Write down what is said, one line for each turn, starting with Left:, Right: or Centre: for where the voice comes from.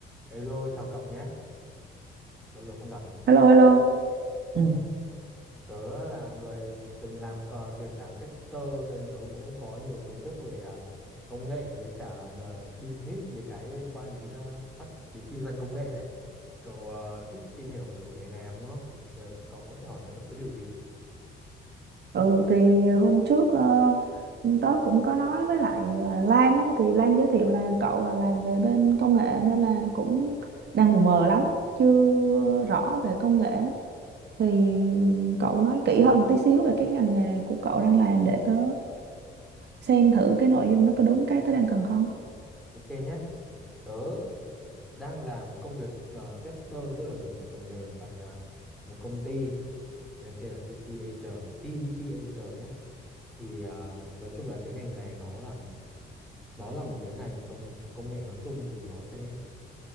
Centre: Hello, chào cậu nhé. Lâu rồi không gặp nhỉ.
Right: Hello, hello.
Centre: Ừ.
Right: ừ
Centre: Tớ là người từng làm cờ- việc làm tester cho nên tớ cũng có nhiều kiến thức về à, công nghệ với cả à, business với cái liên quan đến ờ, phát đến kinh doanh công nghệ đấy. Cậu ờ, thích tìm hiểu về chủ đề này lắm đúng không? Thì ờ, cậu có thể hỏi tớ bất cứ điều gì.
Right: Ừ thì hôm trước ờ, tớ cũng có nói với lại à, Lan á, thì Lan giới thiệu là cậu là làm về bên công nghệ nên là cũng đang mù mờ lắm, chưa rõ về công nghệ. Thì cậu nói kỹ hơn một tí xíu về cái ngành nghề của cậu đang làm để tớ xem thử cái nội dung nó có đúng cái tớ đang cần không?
Centre: Ok nhé. Tớ đang làm công việc ờ, tester tức là kiểm thử phần mềm tại ờ, một công ty tên tên là TT Asia, TDT Asia nhé. Thì à, nói chung là cái ngành này nó là đó là một cái ngành công công nghệ nói chung thì nó sẽ